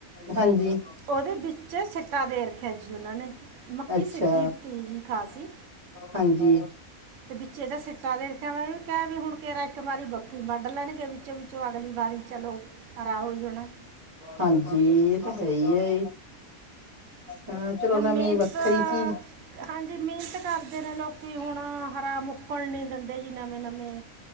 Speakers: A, on the right; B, on the right.
A: ਹਾਂਜੀ
B: ਉਹਦੇ ਵਿੱਚ ਸਿੱਟਾ ਦੇਰ ਰੱਖਿਆ ਜੀ ਉਹਨਾਂ ਨੇ, ਮੱਕੀ
A: ਅੱਛਾ
B: ਸਿੱਧੀ ਧੀਜ਼ ਖਾ ਸੀ।
A: ਹਾਂਜੀ
B: ਤੇ ਵਿੱਚੇ ਇਹਦੇ ਸਿੱਟਾ ਦੇ ਰੱਖਿਆ ਵੀ ਕਹਿ ਵੀ ਹੁਣ ਕੇਰਾ ਇੱਕ ਵਾਰੀ ਮੱਕੀ ਵੱਢ ਲੈਣਗੇ। ਵਿੱਚੋਂ-ਵਿੱਚੋਂ ਅਗਲੀ ਵਾਰੀ ਚਲੋ, ਹਰਾ ਹੋ ਜਾਣਾ।
A: ਹਾਂਜੀ ਇਹ ਤਾਂ ਹੈ ਈ ਐ। ਹਾਂ ਚਲੋ
B: ਹੁਣ
A: ਮੈਂ
B: ਮਿਹਨਤ
A: ਮੇ ਵੱਖਰੀ ਚੀਜ਼
B: ਹਾਂਜੀ ਮਿਹਨਤ ਕਰਦੇ ਨੇ ਲੋਕੀ ਹੁਣ ਹਰਾ ਮੁੱਕਣ ਨਹੀਂ ਦਿੰਦੇ ਜੀ ਨਵੇਂ ਨਵੇਂ